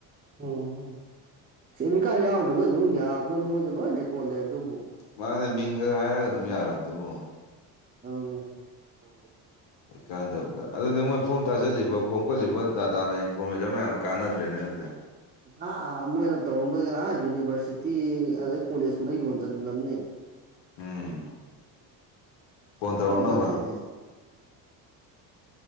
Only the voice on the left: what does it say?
ꯃꯥꯅꯦ ꯃꯤꯡꯈꯛ ꯍꯥꯏꯔꯒ ꯑꯗꯨꯝ ꯌꯥꯔꯕꯗꯨꯕꯨ
ꯀꯥꯟꯗꯕꯗ ꯑꯗꯨꯗꯤ ꯃꯣꯏ ꯐꯣꯝ ꯊꯥꯖꯤꯜꯂꯤꯕ ꯈꯣꯝꯀꯠꯂꯤꯕ ꯗꯥꯇꯥ ꯃꯌꯥꯝ ꯏꯟꯐꯣꯔꯃꯦꯁꯟ ꯃꯌꯥꯝꯗꯣ ꯀꯥꯟꯅꯗ꯭ꯔꯦꯅꯦ ꯑꯗꯨꯗꯤ
ꯎꯝ ꯐꯣꯟ
ꯇꯧꯔꯛꯅꯕ
<unintelligible>